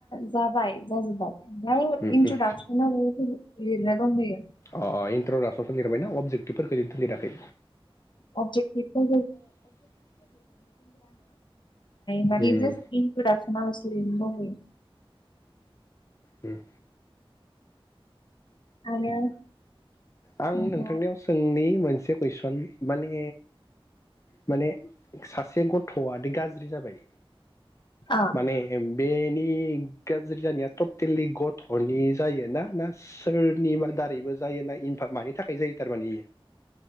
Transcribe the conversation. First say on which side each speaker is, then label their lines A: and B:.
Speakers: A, on the left; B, on the left.
A: जाबाय जाजोब्बाय। द
B: उम
A: इनसु
B: उम
A: दासनाफै। लिरनाय दंबोयो।
B: अ इन्ट्रडसनखौ लिरबायना अबजेक्टिभफोरखौ लिराखै?
A: अबजेतिबखौ <unintelligible> माने
B: उम
A: जास इन्ट्रडसनालसो लिरनोबावबाय
B: ओम
A: आरो
B: आं
A: नोंथां
B: नोंथांनियाव सोंनि मोन मोनसे कुइसन माने माने सासे गथ'आाद गाज्रि जाबाय
A: अ
B: माने बेनि नि गाज्रि जानाया ट'टेलि गथ'नि जायोना ना सोरनिबा दारैबो जायो ना इन फार मानि थाखाय जायो थारमाने इयो?